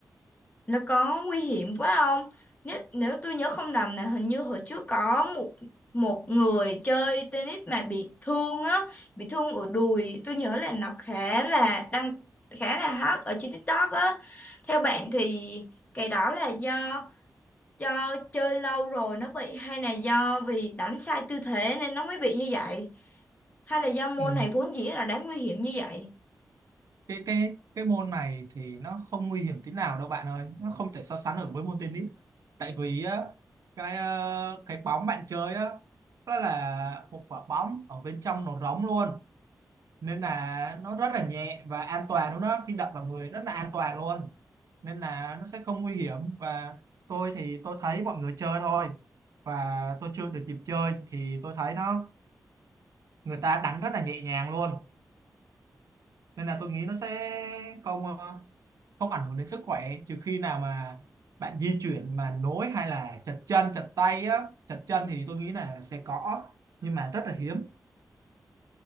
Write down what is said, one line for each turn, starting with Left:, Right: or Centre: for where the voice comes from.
Left: nó có nguy hiểm quá không? Nếu, nếu tôi nhớ không nhầm là hình như hồi trước có một một người chơi tennis mà bị thương á, bị thương ở đùi. Tôi nhớ là nó khá là đăng khá là hot ở trên TikTok á. Theo bạn thì cái đó là do Do chơi lâu rồi nó bị hay là do vì đánh sai tư thế nên nó mới bị như vậy? Hay là do môn
Right: Ừ.
Left: này vốn dĩ là đã nguy hiểm như vậy?
Right: cái cái cái môn này thì nó không nguy hiểm tí nào đâu bạn ơi nó không thể so sánh được với môn tennis tại vì á cái ờ, cái bóng bạn chơi á nó là một quả bóng ở bên trong nó rỗng luôn nên là nó rất là nhẹ và an toàn luôn đó khi đập vào người rất là an toàn luôn nên là nó sẽ không nguy hiểm và tôi thì tôi thấy mọi người chơi thôi và tôi chưa được dịp chơi thì tôi thấy nó người ta đánh rất là nhẹ nhàng luôn nên là tôi nghĩ nó sẽ không ờ, không ảnh hưởng đến sức khỏe trừ khi nào mà bạn di chuyển mà nối hay là chật chân chật tay á chật chân thì tôi nghĩ là sẽ có nhưng mà rất là hiếm